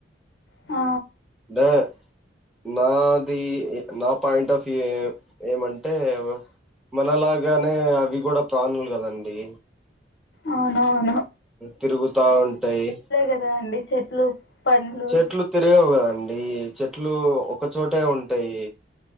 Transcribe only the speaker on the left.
ఆ
అవునా
గదా అండి. చెట్లు, పండ్లు.